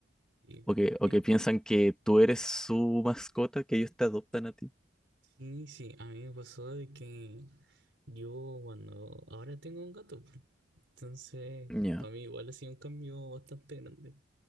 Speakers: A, on the right; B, in the centre.
A: Y,
B: o que, o
A: eh,
B: que piensan que tú eres su mascota, que ellos te adoptan a ti.
A: sí, sí, a mí me pasó de que yo cuando ahora tengo un gato, po. entonces
B: Ya.
A: para mí igual ha sido un cambio bastante grande.